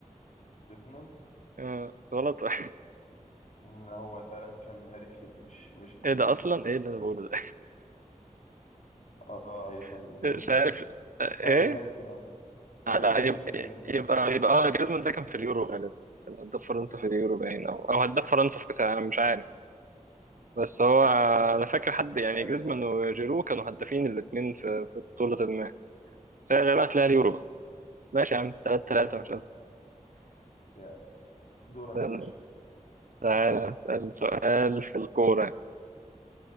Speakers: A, on the left (about 65°); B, on the right (about 85°).
A: جريزمان
B: أه غلط <laughs>
A: مم، هو فعلا كان هاري كين مش مش جريزمان
B: ايه ده اصلا ايه اللي انا بقوله ده
A: اه هي كان
B: <laughs> مش
A: جريزمان
B: عارف آه،
A: قصدي
B: ايه
A: هاري كين قصدي
B: آه،
A: هو كان
B: لا
A: هاري
B: يبقى
A: كين مش جريزمان
B: يبقى يبقى اه جريزمان ده كان في اليورو غالبا كان هداف فرنسا في اليورو باين او او هداف فرنسا في كاس العالم مش عارف بس هو آه، انا فاكر حد يعني
A: آه،
B: جريزمان وجيرو كانوا هدافين الاثنين في في بطولة سيغيرك لها اليورو ماشي يا عم 3 3
A: انا بس
B: مش أزمة
A: يلا دورك
B: استنى،
A: يا باشا
B: تعالى أسأل سؤال في الكورة يعني.